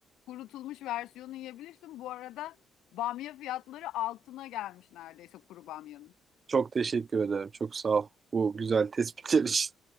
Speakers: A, on the left; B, on the right.
A: kurutulmuş versiyonu yiyebilirsin. Bu arada bamya fiyatları altına gelmiş neredeyse kuru bamyanın.
B: Çok teşekkür ederim. Çok sağ ol. Bu güzel tespitler için.